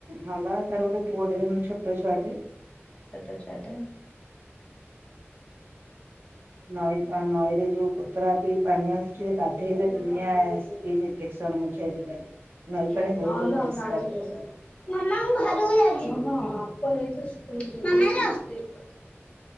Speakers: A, on the right (about 50°); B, on the left (about 25°).
A: ହଁ ବା ତାର ଗୋଟେ ପୁଅଟ ଦେଖୁନୁ ଛୋଟ ଛୁଆଟେ।
B: ଛୋଟ ଛୁଆଟେ।
A: ନଈ ତା ନଈରେ ଯୋଉ ଗୋତରା ବି ପାଣି ଆସ ସେ ଗାଧେଇଲେ
B: ନହେଲେ
A: ଦୁନିଆ ସ୍କିନ୍ ଇନଫେକ୍ସନ ହଉଛି ଆଜିକାଲି। ନଈ
B: <inaudible>
A: ପାଣି ବହୁତ ଅପରିଷ୍କାର
B: ନହଲେ <unintelligible> <unintelligible>
A: ହୁଁ